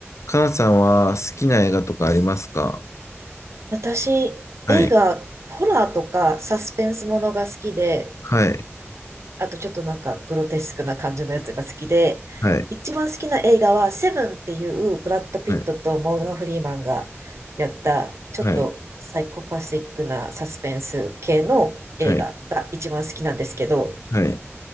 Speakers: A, on the left; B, on the right.
A: カナさんは好きな映画とかありますか
B: 私、
A: はい、
B: 映画、ホラーとかサスペンスものが好きで、
A: はい、
B: あとちょっとなんかグロテスクな感じのやつが好きで、
A: はい、
B: 一番好きな映画はセブンっていうブラッド・ピットとモーガン・
A: はい、
B: フリーマンがやったちょっとサイコパシックなサスペンス系の映画が一番好きなんですけど、
A: はい、はい、はい。